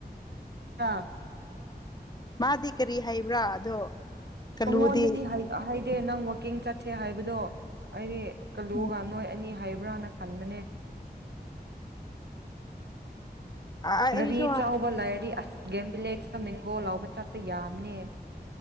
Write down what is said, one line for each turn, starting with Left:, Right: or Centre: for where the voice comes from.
Right: ꯑꯥ
Left: ꯃꯥꯗꯤ ꯀꯔꯤ ꯍꯥꯏꯕ꯭ꯔꯥ ꯑꯗꯣ ꯀꯜꯂꯨꯗꯤ
Right: ꯃꯉꯣꯟꯗꯗꯤ ꯍꯥꯏꯗꯦ ꯅꯪ ꯋꯥꯛꯀꯤꯡ ꯆꯠꯁꯦ ꯍꯥꯏꯕꯗꯣ ꯑꯩꯅꯦ ꯀꯜꯂꯨꯒ
Left: ꯎꯝ
Right: ꯅꯣꯏ ꯑꯅꯤ ꯍꯥꯏꯕ꯭ꯔꯥꯅ ꯈꯟꯕꯅꯦ
Left: ꯑꯩꯁꯨ
Right: ꯒꯥꯔꯤ ꯆꯥꯎꯕ ꯂꯩꯥꯏꯔꯗꯤ ꯑꯁ ꯒꯦꯝꯚꯕꯤꯂꯦꯖꯇ ꯃꯦꯡꯒꯣꯜ ꯂꯥꯎꯕ ꯆꯠꯄ ꯌꯥꯝꯅꯤ